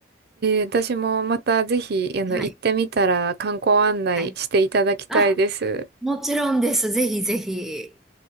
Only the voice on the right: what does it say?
ー私もまたぜひ、あの、
行ってみたら観光案内していただきたいです。